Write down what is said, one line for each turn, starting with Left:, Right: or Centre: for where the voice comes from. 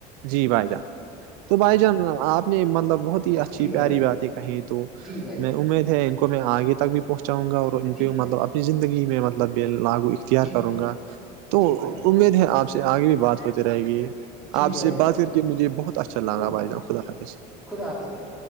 Right: جی بھائی جان تو بھائی جان آپ نے مطلب بہت ہی اچھی
Centre: جی بھائی
Right: پیاری
Centre: جان
Right: باتیں کہیں تو
Centre: جی بھائی جان
Right: میں امید ہے ان کو میں آگے تک بھی پہنچاؤں گا اور ان پہ
Centre: جی بھائی
Right: مطلب
Centre: جان
Right: اپنی زندگی میں مطلب لاگو اختیار
Centre: جی
Right: کروں
Centre: بھائی جان
Right: گا تو
Centre: جی بھائی
Right: امید ہے آپ سے آگے بھی بات ہوتی رہے گی
Centre: جان جی
Right: آپ
Centre: بھائی
Right: سے
Centre: جان
Right: بات کر کے مجھے بہت اچھا لانگا
Centre: بہت
Right: بھائی جان خدافظ
Centre: خدا حافظ بھائی